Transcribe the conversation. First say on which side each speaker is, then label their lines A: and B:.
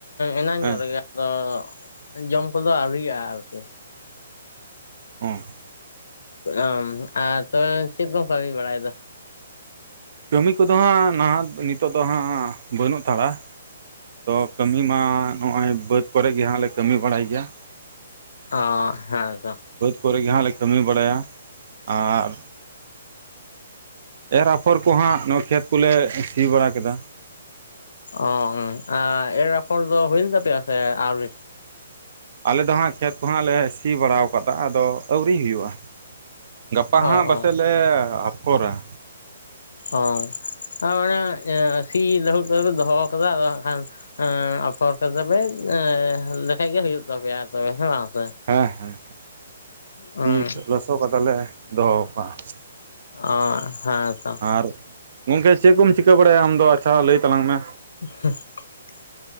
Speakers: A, on the left (about 75°); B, on the right (about 45°).
A: ᱮᱱᱟᱝ
B: ᱦᱮᱸ
A: ᱧᱚᱜ ᱨᱮᱜᱮ ᱟᱫᱚ ᱡᱚᱢ ᱠᱚᱫᱚ ᱟᱹᱣᱨᱤᱭᱜᱼᱟ ᱟᱨᱠᱤ ᱾
B: ᱚᱸ ᱾
A: ᱚ ᱟᱨ ᱛᱚᱵᱮ ᱪᱮᱫ ᱠᱚᱢ ᱠᱟᱹᱢᱤ ᱵᱟᱲᱟᱭᱫᱟ?
B: ᱠᱟᱹᱢᱤ ᱠᱚᱫᱚ ᱦᱟᱸᱜ ᱱᱟᱦᱟᱜ ᱱᱤᱛᱚᱜ ᱫᱚ ᱦᱟᱸᱜ ᱵᱟᱹᱱᱩᱜ ᱦᱟᱛᱟᱲᱟ ᱾ ᱛᱚ ᱠᱟᱹᱢᱤ ᱢᱟ ᱱᱚᱜᱼᱚᱭ ᱵᱟᱹᱫᱽ ᱠᱚᱨᱮ ᱜᱮ ᱦᱟᱸᱜ ᱞᱮ ᱠᱟᱹᱢᱤ ᱵᱟᱲᱟᱭ ᱜᱮᱭᱟ ᱾
A: ᱚ ᱦᱮᱸ ᱛᱚ ᱾
B: ᱵᱟᱹᱫᱽ ᱠᱚᱨᱮ ᱜᱮ ᱦᱟᱸᱜ ᱞᱮ ᱠᱟᱹᱢᱤ ᱵᱟᱲᱟᱭᱟ ᱟᱨ ᱮᱨ ᱟᱯᱷᱚᱨ ᱠᱚᱦᱟᱸᱜ ᱱᱚᱣᱟ ᱠᱷᱮᱛ ᱠᱚᱞᱮ ᱥᱤ ᱵᱟᱲᱟ ᱠᱮᱫᱟ ᱾
A: ᱚ ᱚ ᱮᱨ ᱟᱯᱷᱚᱨ ᱫᱚ ᱦᱩᱭ ᱮᱱ ᱛᱟᱯᱮᱭᱟ ᱥᱮ ᱟᱹᱣᱨᱤ?
B: ᱟᱞᱮ ᱫᱚ ᱦᱟᱸᱜ ᱠᱷᱮᱛ ᱠᱚᱦᱚᱸ ᱞᱮ ᱥᱤ ᱵᱟᱲᱟᱣ ᱠᱟᱫᱟ ᱟᱫᱚ ᱟᱹᱣᱨᱤ ᱦᱩᱭᱩᱜᱼᱟ ᱾ ᱜᱟᱯᱟ ᱦᱟᱸᱜ
A: ᱚ
B: ᱵᱟᱥᱮᱜ
A: ᱚ
B: ᱞᱮ ᱟᱯᱷᱚᱨᱟ ᱾
A: ᱚ ᱟᱨ ᱢᱟᱱᱮ ᱥᱤ ᱞᱟᱹᱦᱩᱫ ᱠᱟᱛᱮ ᱯᱮ ᱫᱚᱦᱚᱣ ᱠᱟᱫᱟ ᱟᱫᱚ ᱦᱟᱸᱜ ᱠᱷᱟᱱ ᱟᱯᱷᱚᱨ ᱠᱟᱛᱮ ᱯᱮ ᱮᱸ ᱞᱮᱠᱷᱟᱡ ᱜᱮ ᱦᱩᱭᱩᱜ ᱛᱟᱯᱮᱭᱟ ᱛᱚᱵᱮ ᱦᱮᱸ ᱵᱟᱝ ᱥᱮ?
B: ᱦᱮᱸ ᱦᱮᱸ
A: ᱦᱩᱸ
B: ᱥᱤ ᱞᱚᱥᱚᱜ ᱠᱟᱛᱮ ᱞᱮ ᱫᱚᱦᱚ ᱠᱟᱜᱼᱟ ᱾
A: ᱚ ᱦᱮᱸ ᱛᱚ ᱾
B: ᱟᱨ ᱜᱚᱝᱠᱮ ᱪᱮᱫ ᱠᱚᱢ ᱪᱤᱠᱟᱹ ᱵᱟᱲᱟᱭᱟ ᱟᱢᱫᱚ ᱟᱪᱪᱷᱟ ᱞᱟᱹᱭ ᱛᱟᱞᱟᱝ ᱢᱮ?
A: <unintelligible>